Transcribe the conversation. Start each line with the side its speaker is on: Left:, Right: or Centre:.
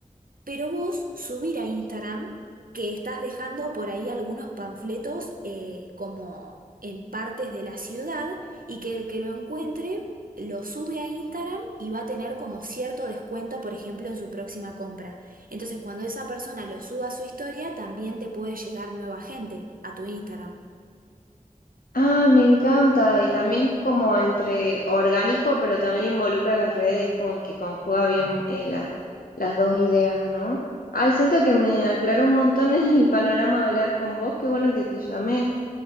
Right: pero vos subir a Instagram que estás dejando por ahí algunos panfletos eh, como en partes de la ciudad y que el que lo encuentre lo sube a Instagram y va a tener como cierto descuento, por ejemplo, en su próxima compra. Entonces, cuando esa persona lo suba a su historia, también te puede llegar nueva gente a tu Instagram.
Left: Ah, me encanta. Y también es como entre orgánico, pero también involucra las redes, como que conjuga bien eh, la- las dos ideas, ¿no? Ay, siento que me aclaró un montón <laughs> el panorama de hablar con vos. Qué bueno que te llamé.